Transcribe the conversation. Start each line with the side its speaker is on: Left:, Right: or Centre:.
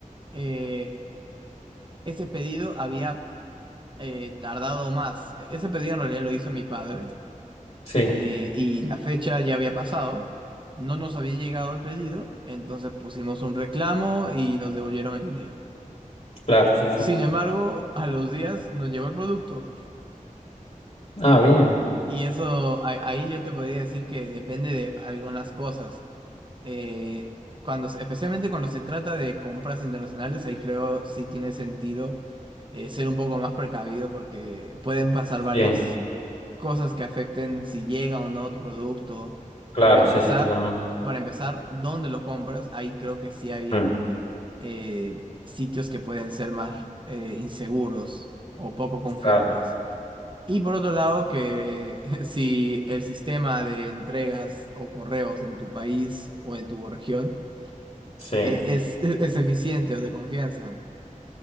Right: eh, ese pedido había eh, tardado más. Ese pedido en realidad lo hizo mi padre
Left: sí,
Right: eh, y la fecha ya había pasado. No nos había llegado el pedido, entonces pusimos un reclamo y nos devolvieron el dinero.
Left: claro, sí, sí.
Right: Sin embargo, a los días nos llegó el producto
Left: Ah, bien,
Right: y eso a- ahí yo te podría decir que depende de algunas cosas. Eh, cuando, se- especialmente cuando se trata de compras internacionales, ahí creo sí tiene sentido eh, ser un poco más precavido porque pueden pasar varias
Left: sí,
Right: cosas que afecten si llega o no tu producto.
Left: claro,
Right: Para empezar,
Left: sí, sí, totalmente.
Right: para empezar, ¿dónde lo compras? Ahí creo que sí hay
Left: Mm,
Right: eh, sitios que pueden ser más eh, inseguros o poco confiables.
Left: claro,
Right: Y por otro lado, que <laughs> si el sistema de entregas o correos en tu país o en tu región
Left: sí.
Right: eh, es, <laughs> es eficiente o de confianza.